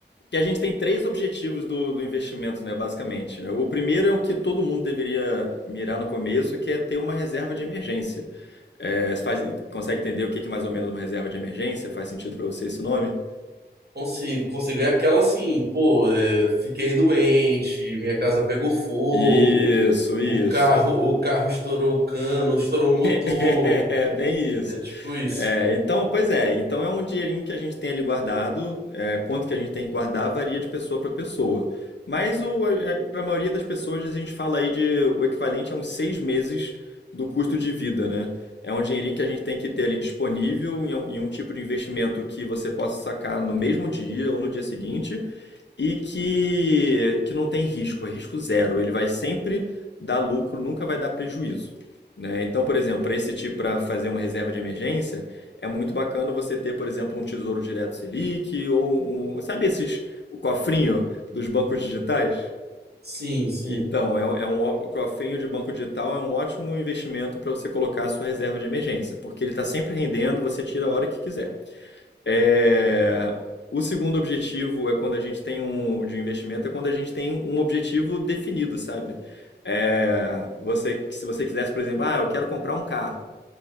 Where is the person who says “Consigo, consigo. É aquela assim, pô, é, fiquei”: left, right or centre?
Right